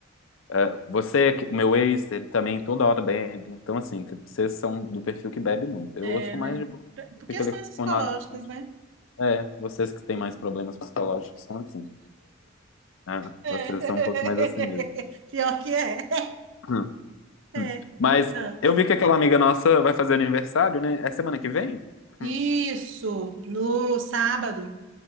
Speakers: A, on the left; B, on the right.
A: É, Você, o meu ex, ele também toda hora bebe. Então, assim, t- vocês são do perfil que bebe muito. Eu
B: É,
A: sou
B: né?
A: mais de boa.
B: Pra-
A: Eu
B: Por
A: fico
B: questões
A: ali
B: psicológicas,
A: com nada.
B: né?
A: É, vocês que têm mais problemas psicológicos são assim. Ah,
B: É. <laughs>
A: vocês são um pouco mais assim mesmo.
B: Pior que é.
A: Hum,
B: É.
A: hum. Mas
B: Ah,
A: eu vi que aquela amiga nossa vai fazer aniversário, né? É semana que vem?
B: Isso,
A: Hum.
B: no sábado.